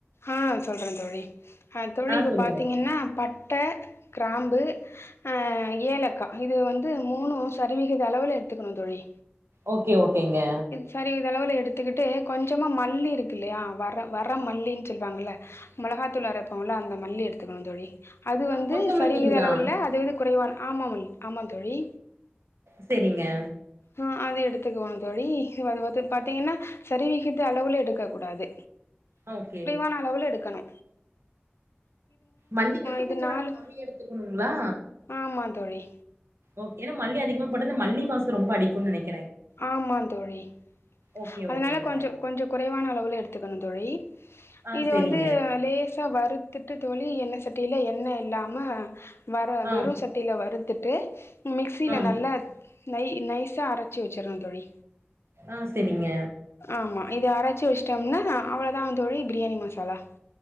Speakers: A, on the left; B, on the right.
A: ஆ சொல்ற தோழி அ தோழி
B: ஆ
A: இப்ப
B: சொல்லுங்க
A: பாத்தீங்கன்னா பட்ட கிராம்பு ஆ ஏலக்கா இது வந்து மூணு சரிவிகித அளவுல எட்த்துக்கணு தோழி
B: ஓகே ஓகேங்க
A: சரிவிகித அளவுல எடுத்துக்கிட்டு கொஞ்சமா மல்லி இருக்கில்லயா வர வர மல்லி வெச்சுருப்பாங்கள மொளகாத்தூள் அரப்போல அந்த மல்லி எடுத்துக்கணு தோழி அது
B: ஆ
A: வந்து
B: கொத்தமல்லிங்களா
A: சரிவிகித அளவுல்ல அதவிட குறைவா ஆமமோ ஆமா தோழி
B: செரிங்க
A: ம் அது எடுத்துக்குவ தோழி இது வது பாத்தீங்கன்னா சரிவிகித அளவுல எடுக்க கூடாது
B: ஓகே
A: ஆன அளவுல எடுக்கணு
B: மல்லி வந்து
A: இது
B: கொஞ்ச
A: நாலு
B: நம்ம கம்மியா எடுத்துக்கணுங்ளா
A: ஆமா தோழி
B: ஓக் ஏனா மல்லி அதிகமா போட்டா இந்த மல்லி வாச ரொம்ப அடிக்கு நெனைக்
A: ஆமாந்தோழி
B: ஓகே
A: அதனால
B: ஓகேங்க
A: கொஞ்சொ கொஞ்ச குறைவான அளவுல எடுத்துக்கணு தோழி
B: ஆ
A: இது
B: செரிங்க
A: வந்து லேஸ் சா வருத்துட்டு தோழி எண்ண சட்டியில எண்ண இல்லாம வர
B: ஆ
A: வெறு சட் ட்டில வறுத்துட்டு மிக்சீல
B: ஆ
A: நல்லா நை நைசா அரச்சு வச்சிருணு தோழி
B: ஆ செரிங்க
A: ஆமா இத அரச்சு வச்ட்டோம்னா அவ்ளோதாங்க தோழி பிரியாணி மசாலா